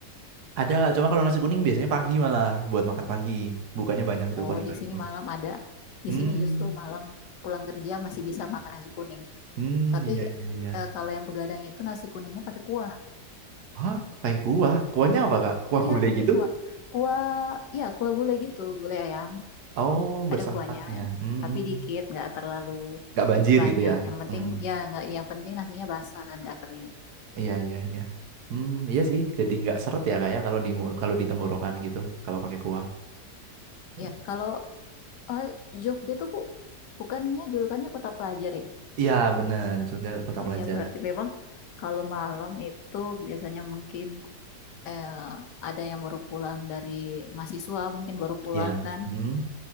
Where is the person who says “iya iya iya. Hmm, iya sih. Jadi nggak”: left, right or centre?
Right